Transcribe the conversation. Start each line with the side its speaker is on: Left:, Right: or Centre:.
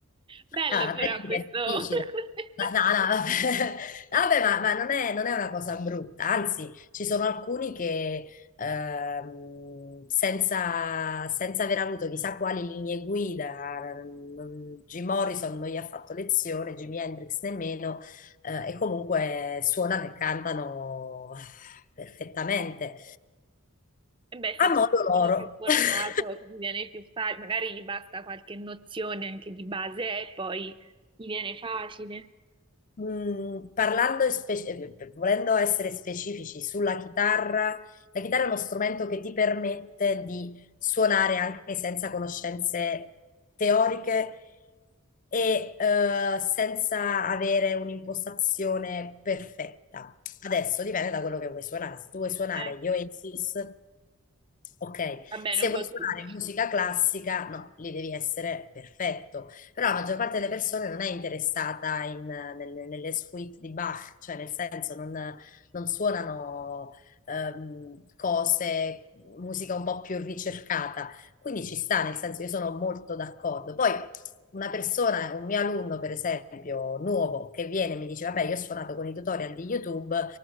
Right: Bello
Left: ah, la
Right: però
Left: tecnica
Right: questo.
Left: è difficile.
Right: <laughs>
Left: Ma- No, no, vabbè, <laughs> Vabbè, ma, ma non è, non è una cosa brutta, anzi, ci sono alcuni che ehm, senza, senza aver avuto chissà quali linee guida, non- Jim Morrison non gli ha fatto lezione, Jimi Hendrix nemmeno, eh, e comunque suonano e cantano perfettamente,
Right: E beh,
Left: a
Right: sì, c'è
Left: modo
Right: chi
Left: loro.
Right: sono più portato,
Left: <laughs>
Right: che mi viene più facile, magari gli basta qualche nozione anche di base e poi gli viene facile.
Left: Mm, parlando, e spec- eh, volendo essere specifici sulla chitarra, la chitarra è uno strumento che ti permette di suonare anche senza conoscenze teoriche e eh, senza avere un'impostazione perfetta. Adesso dipende da quello che vuoi suonare. Se tu vuoi suonare
Right: Eh,
Left: gli Oasis, ok.
Right: va bene,
Left: Se
Right: un
Left: vuoi
Right: po'
Left: suonare
Right: tutti.
Left: musica classica, no, lì devi essere perfetto però la maggior parte delle persone non è interessata in, eh, nelle, nelle suite di Bach, cioè nel senso non, non suonano ehm, cose, musica un po' più ricercata. Quindi ci sta, nel senso io sono molto d'accordo. Poi una persona, un mio alunno per esempio, nuovo, che viene e mi dice, vabbè, io ho suonato con i tutorial di YouTube,